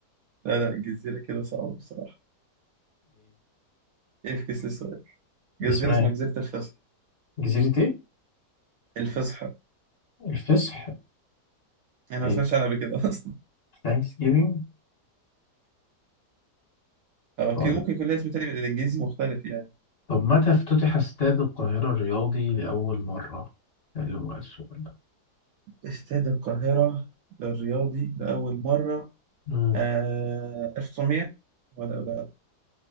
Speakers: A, on the right (about 70°); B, on the left (about 40°).
A: لا لا الجزيرة كده صعبة بصراحة يفكس لي السؤال جزيرة
B: اسمها
A: اسمها
B: إيه؟
A: جزيرة الفصح
B: جزيرة ايه؟
A: الفصحى
B: الفصح
A: أنا
B: ايه
A: ما سمعتش عنها قبل كده أصلا
B: ثانكس جيفينج
A: <laughs> أو أكيد
B: طيب
A: ممكن يكون لها اسم تاني بالإنجليزي مختلف يعني
B: طب متى افتتح استاد القاهرة الرياضي لأول مرة؟ اللي هو السؤال ده
A: استاد القاهرة للرياضي لأول مرة
B: مم.
A: آه 1900 ولا لا